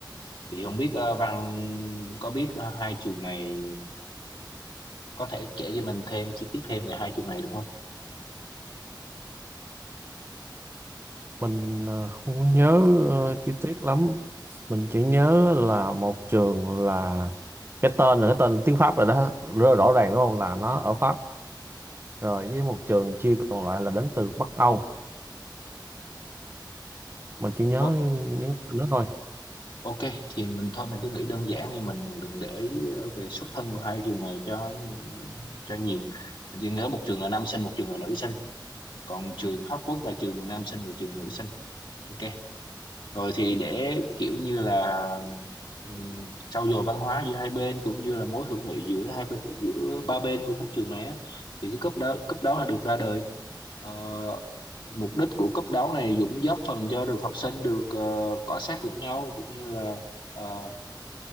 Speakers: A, on the left; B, on the right.
A: thì không biết ờ, Văn có biết ờ, hai trường này có thể kể cho mình thêm chi tiết thêm về hai trường này được không?
B: mình à, không có nhớ ờ, chi tiết lắm mình chỉ nhớ là một trường là cái tên là cái tên tiếng Pháp rồi đó rất là rõ ràng đúng không là nó ở Pháp rồi với một trường chia còn lại là đến từ Bắc Âu mình chỉ nhớ
A: Ừ.
B: nhớ nó thôi
A: Ok, thì mình thôi mình cứ nghĩ đơn giản đi, mình đừng để ý ờ, về xuất thân của hai trường này cho cho nhiều. Mình chỉ nhớ một trường là nam sinh, một trường là nữ sinh. Còn trường Hóc Quốc là trường nam sinh và trường nữ sinh. Ok. Rồi thì để kiểu như là um, trau dồi văn hóa giữa hai bên cũng như là mối hữu nghị giữa hai bên, giữa ba bên của các trường này á thì cái cấp đó cấp đó là được ra đời. Ờ, mục đích của cấp đấu này cũng góp phần cho được học sinh được ờ, cọ xát lẫn nhau cũng như là ờ,